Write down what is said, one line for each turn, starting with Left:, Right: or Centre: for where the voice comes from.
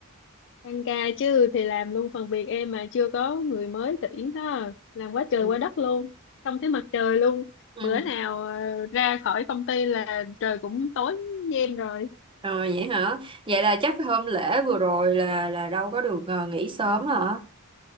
Left: Tăng ca chứ thì làm luôn phần việc em mà chưa có người mới tuyển đó làm quá trời
Right: Ừ.
Left: quá đất luôn không thấy mặt trời luôn
Right: Ừ.
Left: bữa nào ờ, ra khỏi công ty là trời cũng tối như em rồi
Right: Rồi vậy hả? Vậy là chắc hôm lễ vừa rồi là là đâu có được ờ, nghỉ sớm hả?